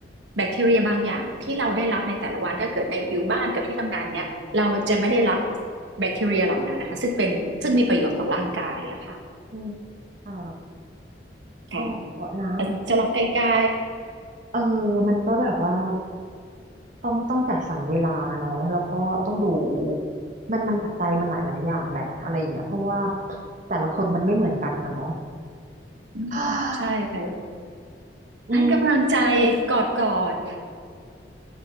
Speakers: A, on the right (about 80°); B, on the right (about 45°).
A: แบคทีเรียบางอย่างที่เราได้รับในแต่ละวันถ้าเกิดในอยู่บ้านกับที่ทำงานเนี่ยเราจะไม่ได้รับแบคทีเรียเหล่านั้นนะคะซึ่งเป็นซึ่งมีประโยชน์ต่อร่างกายอะค่ะ
B: อืมอ่า
A: ค่ะ
B: ก็เกาะน้ำมัน
A: อาจจะล็อกใกล้
B: เออมันก็แบบว่าต้องต้องจัดสรรเวลาเนาะแล้วก็ต้องดู มันมันปัจจัยมันหลายหลายอย่างแหละอะไรอย่างเงี้ยเพราะว่าแต่ละคนมันไม่เหมือนกันนะเนาะ
A: ๆอืมใช่ค่ะ
B: <gasps> อืม
A: ให้กำลังใจกอดกอด